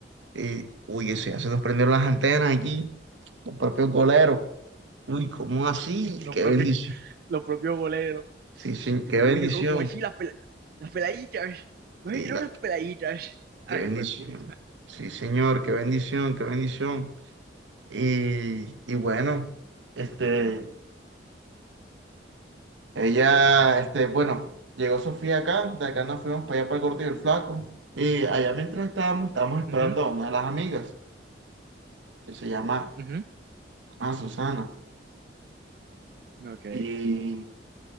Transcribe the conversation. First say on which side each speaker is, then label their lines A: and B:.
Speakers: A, on the right; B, on the right.
A: Y, uy, eso ya se nos prendieron las antenas aquí, los propios goleros. Uy, ¿cómo así?
B: <laughs> Los
A: Qué
B: propios,
A: bendición.
B: los propios goleros.
A: Sí, sí,
B: Tipo,
A: qué
B: uy,
A: bendición.
B: bro, como así las, pela- las peladitas. Me voy
A: Y
B: a tirar
A: la-
B: unas peladitas. Ay,
A: qué bendición.
B: fue puto.
A: Sí, señor, qué bendición, qué bendición. Y, y bueno, este, ella, este, bueno, llegó Sofía acá, de acá nos fuimos para allá para el Gordo y el Flaco. Y allá mientras estábamos, estábamos esperando
B: Ujú,
A: a una de las amigas, que se llama
B: ujú.
A: ah Susana.
B: Ok.
A: Y,